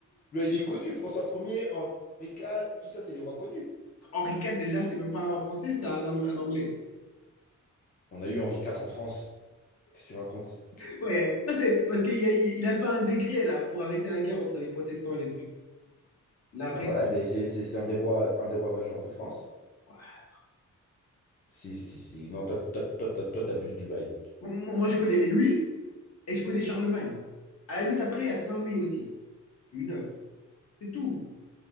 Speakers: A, on the left; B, on the left.
A: Bah, il est connu, François Ier, Henri IV, tout ça, c'est des rois connus.
B: Henri IV, déjà, c'est même pas un français, c'est un, Ang- un anglais.
A: On a eu Henri IV en France. Qu'est-ce que tu racontes?
B: Ouais, ça c'est parce qu'il a, il a fait un décret là pour arrêter la guerre entre les protestants et les trucs. L'arrêt.
A: Bah voilà, eh ben, c'est c'est- c'est un des rois, un des rois majeurs de France.
B: Ouais.
A: Si, si, si, si. Non, toi, toi, toi, toi, toi, t'abuses du bail.
B: Moi, moi- moi, je connais les Louis et je connais Charlemagne. À la limite, après, il y a Saint-Louis aussi. Louis IX. C'est tout.